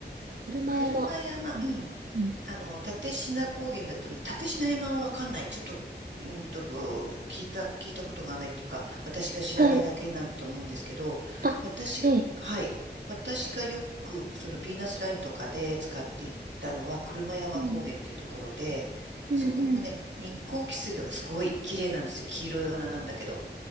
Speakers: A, on the right; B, on the right.
A: 車山。
B: 車山、
A: うん
B: うん。
A: うん
B: あの、立科高原だとね、立科山はわかんない。ちょっと、うんと、こう聞いた、聞いたことがないっていうか、私が知らないだけなんと思うんですけど、
A: はい。あ、
B: 私、
A: はい。
B: はい。私がよく、そのヴィーナスラインとかで使っていったのは、車山高原っていうところで、
A: うん。うんうん
B: そこのね、日光キスゲがすごい綺麗なんですよ。黄色いお花なんだけど。